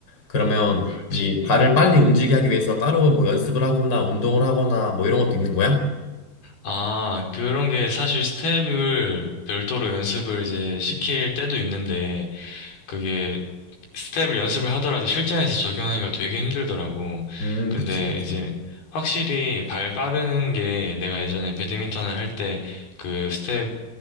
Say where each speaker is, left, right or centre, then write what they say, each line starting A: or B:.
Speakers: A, on the left; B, on the left.
A: 그러면
B: 그렇지.
A: 이 발을 빨리 움직이게 하기 위해서 따로 뭐 연습을 하거나 운동을 하거나 뭐 이런 것도 있는 거야?
B: 아, 그런 게 사실 스텝을 별도로 연습을 이제 시킬 때도 있는데, 그게 스텝을 연습을 하더라도 실전에서 적용하기가 되게 힘들더라고.
A: 음,
B: 근데
A: 그치, 그치.
B: 이제 확실히 발 빠르는 게 내가 예전에 배드민턴을 할 때 그 스텝